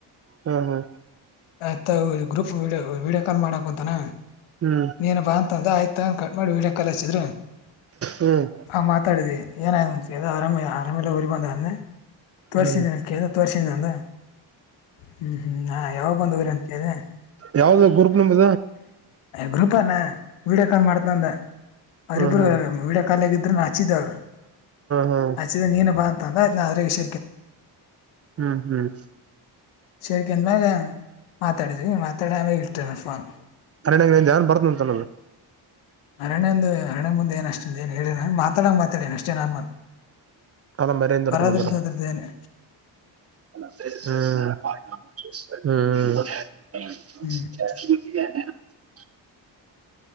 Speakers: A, on the right; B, on the left.
A: ಹ್ಮ ಹಾ.
B: ಆಯ್ತಾತಗ ಇಬ್ರೂ ಯ ವಿಡಿಯೋ. ಕಾಲ್ ಮಾಡಾಕ ಅಂತಾನ
A: ಹ್ಮ್
B: ನೀನು ಬಾ ಅಂತಂದು ಆಯ್ತು ತಗೊಂಡ ಕಟ್ ಮಾಡಿ ವೀಡಿಯ ಕಾಲ್ ಹಚ್ಚಿದ್ರರು.
A: ಹ್ಮ್
B: ಹಾ ಮಾತಾಡಿದಿವಿ. ಎನ್ ಆಗ್ಯದ ಅಂತ ಕೇಳ್ದ ಆರಾಮ ಆರಾಮೆಲೆ ಉರಿ ಬಂದ ಅಂದೆ ತೋರ್ರಿಸಿದ
A: ಹ್ಮ್
B: ಅಂತ ಕೇಳ್ದ ತೋರ್ರಿಸಿದ ಅಂದ. ಹ್ಮ್ ಹ್ಮ್ ಹಾ ಯಾವಾಗ ಬಂದವ್ರಿ ಅಂತ ಕೇಳಿದೆ.
A: ಯಾವ್ದಪ ಗ್ರೂಪ್ ನಿಮ್ದು.
B: ಗ್ರೂಪ ಅನಾ ವೀಡಿಯೋ ಕಾಲ್ ಮಾಡ್ತೀನಿ ಅಂದ
A: ಹ್ಮ್
B: ಅವರಿಬ್ರು
A: ಹ್ಮ್
B: ವಿಡಿಯೋ. ಕಾಲ್ನ್ಯಗಿದ್ರೆ ಹಚ್ಚಿದಾವ
A: ಹ್ಮ್ ಹ್ಮ್
B: ಹಚ್ಚಿದ ನೀನು ಬಾ. ದಾದ ವಿಷ
A: ಹ್ಮ್ ಹ್ಮ್
B: ಸರಿಕ ಅಂದ ಮ್ಯಾಗ ಮಾತಾಡ ಮಾತಾಡ ಆ ಕಟ್ಟಣಫೋನ್
A: ಹರಣ್ಯಾಗ ಧ್ಯಾನ್ ಬರ್ತಂತ ಅನ್ನೋದು
B: ಅರಣ್ಯಂದು ಅರಣ್ಯೆ ಮುೆ ಏನಷ್ಟಂದು ಏನು ಹೇಳಿ ನ ಮಾತಾಡೋ ಮಾತಾಡಿ ಅಷ್ಟೇ ನಾರ್ಮಲ್
A: ಕಾಲ ಮರ್ಯಿಂದ ಇರ್ತಾನಂದ್ರ
B: ಪರದ್ರದ್ದು ಅದ್ರದ್ದು ಏನೆ
A: ಹ್ಮ್ ಹ್ಮ್ ಹ್ಮ
B: ಹ್ಞೂ